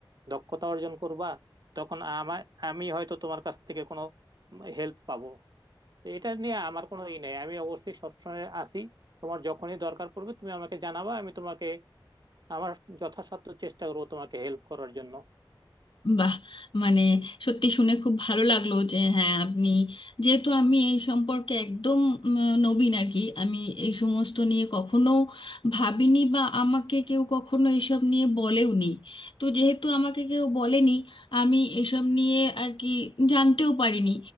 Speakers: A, on the right (about 50°); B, on the left (about 70°).
A: দক্ষতা অর্জন করবা তখন আমার আমি হয়তো তোমার কাছ থেকে কোনো হেল্প পাবো তো এটা নিয়ে আমার কোনো ই নেই আমি অবশ্যই সবসময় আছি তোমার যখনই দরকার পড়বে তুমি আমাকে জানাবা আমি তোমাকে আমার যথাসাধ্য চেষ্টা করবো তোমাকে হেল্প করার জন্য
B: বাহ মানে সত্যি শুনে খুব ভালো লাগলো যে হ্যাঁ আপনি যেহেতু আমি এই সম্পর্কে একদম উম, নবীন আর কি আমি এই সমস্ত নিয়ে কখনো ভাবিনি বা আমাকে কেউ কখনো এসব নিয়ে বলেওনি তো যেহেতু আমাকে কেউ বলেনি আমি এসব নিয়ে আর কি জানতেও পারিনি